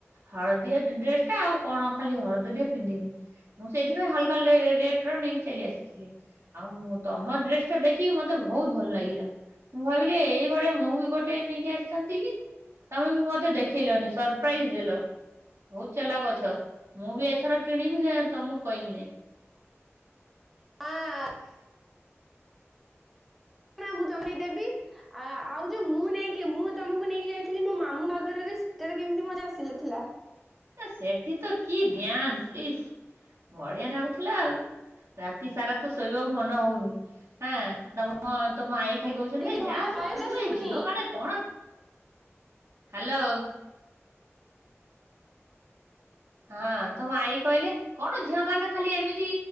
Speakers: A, on the right (about 80°); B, in the centre.
A: ହଳଦୀଆ ଡ୍ରେସ ଟା ଆଉ କଣ ଖାଲି ହଳଦୀ ଟେ ପିନ୍ଧିବି। ମୁଁ ସେଥିପାଇଁ ହଲକା ଲେ ରେଟର ନେଇକି ଚାଲି ଆସିଥିଲି। ଆଉ ମୁଁ ତମ ଡ୍ରେସ ଟା ଦେଖିକି ମତେ ବହୁତ ଭଲ ଲାଗିଲା। ମୁଁ ଭାବିଲି ଏଇଳିଆ ମୁଁ ବି ଗୋଟେ ନେଇକି ଆସିଥାନ୍ତି କି? ତମେ ବି ମତେ ଦେଖେଇଲନି ସରପ୍ରାଇଜ ଦେଲ। ବହୁତ ଚାଲାକ ଅଛ ମୁଁ ବି ଏଥର କିଣିବି ତମକୁ କହିବି ନାଇଁ।
B: <unintelligible> <unintelligible> ମୁଁ ତମରି <unintelligible> ଦେବି। ଆ ଆଉ ଯୋଉ ମୁଁ ନେଇକି ମୁଁ ତମକୁ ନେଇକି ଯାଇଥିଲି ମୋ ମାମୁଁ ବାଗରରେ ସେତେବେଲେ କେମିତି ମଜା ଆସି ଥିଲା।
A: ନା ସେଠି ତ କି ଡ୍ୟାନ୍ସ ଇସ ବଢିଆ ନାଗୁଥିଲା ଆଉ। ରାତି ସାରା ତ ଶୋଇବାକୁ ମନ ହଉନି ହଁ ତମ ତମ ଆଇ- ଖାଲି କହୁଛନ୍ତି
B: ଟିକେ
A: ଏ
B: ଭଲ
A: ଯାଆ ଶୋଇଯିବ
B: ଭଏସ ଟା ଶୁଭୁନି
A: ଏ ଝିଅ ମାନେ କଣ ହ୍ୟାଲୋ। ହଁ ତମ ଆଇ କହିଲେ କଣ ଝିଅ ମାନେ ଖାଲି ଏମିତି